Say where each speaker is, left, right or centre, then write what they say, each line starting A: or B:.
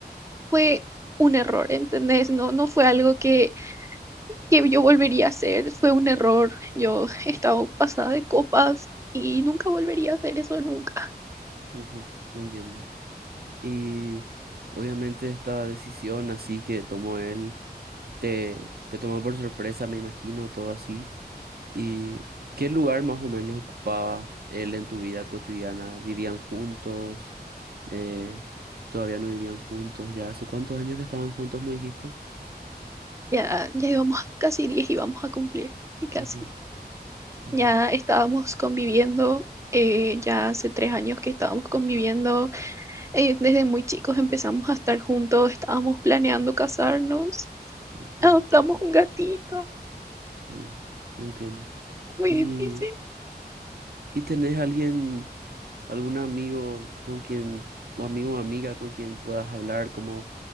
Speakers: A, on the right (about 15°); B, on the right (about 65°).
A: fue un error, ¿entendés? No, no fue algo que, que yo volvería a hacer, fue un error. Yo <laughs> estaba pasada de copas y nunca volvería a hacer eso nunca.
B: ujú, Entiendo. Y obviamente esta decisión así que tomó él, te, te tomó por sorpresa, me imagino, todo así. ¿Y qué lugar más o menos ocupaba él en tu vida cotidiana? ¿Vivían juntos? Eh, ¿todavía no vivían juntos? ¿Ya hace cuántos años que estaban juntos, me dijiste?
A: Ya, ya íbamos a casi 10 y vamos a cumplir, y casi.
B: Ajá, ajá,
A: Ya estábamos conviviendo, eh, ya hace tres años que estábamos conviviendo, eh, desde muy chicos empezamos a estar juntos, estábamos planeando casarnos,
B: ujú,
A: adoptamos un gatito,
B: mm, Entiendo.
A: muy
B: ¿Y,
A: difícil.
B: y tenés alguien, algún amigo con quien, o amigo o amiga con quien puedas hablar como